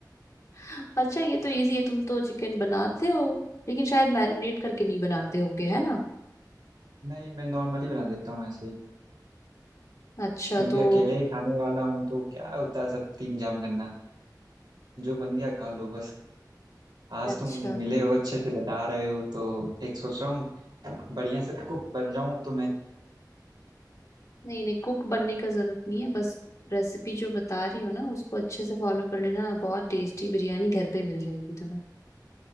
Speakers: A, on the left; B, on the right.
A: <laughs> अच्छा ये तो इजी है तुम तो चिकन बनाते हो लेकिन शायद मैरिनेट करके नहीं बनाते होगे है ना
B: नहीं मैं नॉर्मली बना लेता हूँ ऐसे ही
A: अच्छा
B: क्योंकि
A: तो
B: अकेले ही खाने वाला हूँ तो क्या होता है सब तीम जाम करना जो बन गया खा लो बस आज
A: अच्छा
B: तुम मिले हो अच्छे से बता रहे हो तो एक सोच रहा हूँ बढ़िया से कुक बन जाऊं अब तो मैं
A: नहीं नहीं कुक बनने का जरूरत नहीं है बस रेसिपी जो बता रही हो ना उसको अच्छे से फॉलो कर लेना बहुत टेस्टी बिरयानी घर पे मिल जाएगी तुम्हें